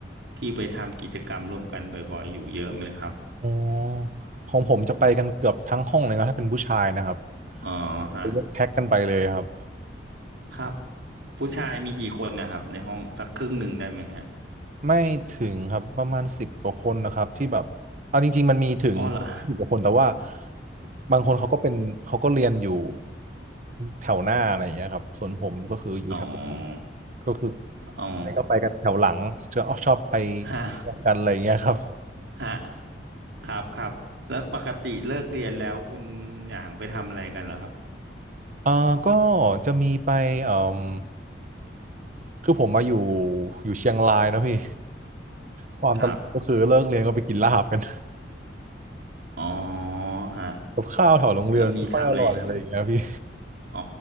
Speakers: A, on the right; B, on the right.
A: ที่ไปทำกิจกรรมร่วมกันบ่อยๆอยู่เยอะไหมครับ
B: อ๋อของผมจะไปกันเกือบทั้งห้องเลยนะถ้าเป็นผู้ชายนะครับ
A: อ๋อฮะ
B: ไปยกแพ็กกันไปเลยครับ
A: ครับผู้ชายมีกี่คนนะครับในห้องสักครึ่งหนึ่งได้ไหมฮะ
B: ไม่ถึงครับประมาณสิบกว่าคนนะครับที่แบบเอาจริงๆมันมีถึงสิบกว่าคนแต่ว่า
A: อ๋อเหรอ
B: บางคนเขาก็เป็นเขาก็เรียนอยู่แถวหน้าอะไรอย่างเงี้ยครับส่วนผมก็คืออยู่แถวหลัง
A: อ๋อ
B: ก็คือ
A: อ๋อ
B: ไปก็ไปกันแถวหลังจะชอบไป
A: ฮะ
B: กันอะไรอย่างเงี้ยครับ
A: ฮะ ครับครับแล้วปกติเลิกเรียนแล้วคุณหยางไปทำอะไรกันเหรอครับ
B: เอ่อก็จะมีไปเอ่มคือผมมาอยู่อยู่เชียงรายนะพี่ความตลกก็คือเลิกเรียนก็ไปกินลาบกัน
A: ครับอ๋อฮะ
B: กับข้าวแถวโรงเรียนไม่ค่อยอร่อยอะไรอย่างเงี้ยพี่
A: แล้วมีทำอะไรอื่นอ๋อ